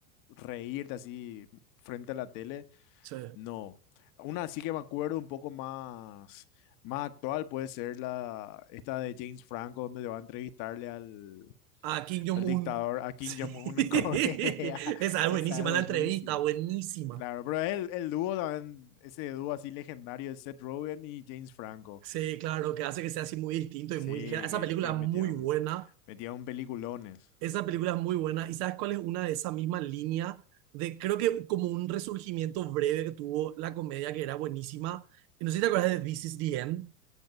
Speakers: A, on the left; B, on the right.
A: reírte así frente a la tele.
B: Sí.
A: No, una sí que me acuerdo un poco más, más actual puede ser la, esta de James Franco, donde le va a entrevistarle al,
B: A Kim Jong-un.
A: al dictador, a Kim
B: Sí.
A: Jong-un en <laughs> Corea.
B: <laughs> Esa es ah,
A: Esa
B: buenísima
A: es buenísima.
B: la entrevista, buenísima.
A: Claro, pero el, el dúo también, ese dúo así legendario de Seth Rogen y James Franco.
B: Sí, claro, que hace que sea así muy distinto
A: Sí,
B: y muy ligera. Esa
A: que,
B: película
A: que
B: es
A: metieron,
B: muy buena,
A: metieron peliculones.
B: esa película es muy buena. ¿Y sabes cuál es una de esa misma línea de, creo que como un resurgimiento breve que tuvo la comedia que era buenísima? Y no sé si te acuerdas de This is the End,